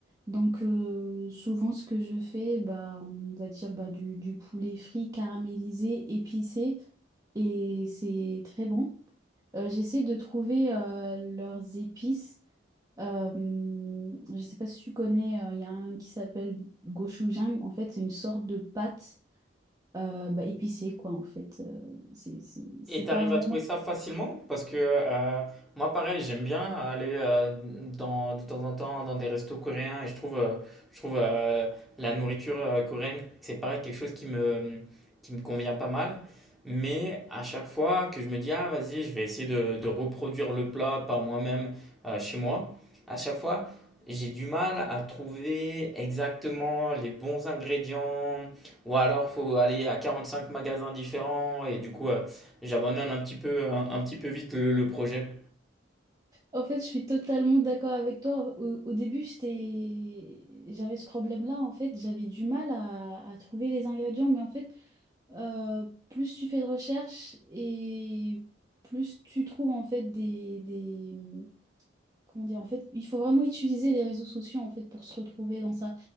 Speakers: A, on the right; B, in the centre.
A: Donc euh, souvent ce que je fais, bah, on va dire bah, du, du poulet frit caramélisé, épicé, et c'est très bon. Euh, j'essaie de trouver euh, leurs épices. Euh, je sais pas si tu connais, euh, il y a un qui s'appelle gochujang. En fait, c'est une sorte de pâte euh, bah, épicée, quoi, en fait. Euh, c'est c'est- c'est
B: Et t'arrives
A: pas vraiment...
B: à trouver ça facilement? Parce que euh, moi, pareil, j'aime bien aller euh, dans, de temps en temps dans des restos coréens et je trouve, euh, je trouve euh, la nourriture euh, coréenne, c'est pareil, quelque chose qui me, qui me convient pas mal. Mais à chaque fois que je me dis, ah, vas-y, je vais essayer de, de reproduire le plat par moi-même euh, chez moi, à chaque fois, j'ai du mal à trouver exactement les bons ingrédients ou alors faut aller à 45 magasins différents et du coup. euh, j'abandonne un petit peu, un, un petit peu vite le, le projet.
A: En fait, je suis totalement d'accord avec toi. Au, au début, j'étais... j'avais ce problème-là, en fait. J'avais du mal à, à trouver les ingrédients, mais en fait, euh, plus tu fais de recherche et plus tu trouves, en fait, des... comment dire, en fait, il faut vraiment utiliser les réseaux sociaux en fait pour se retrouver dans ça.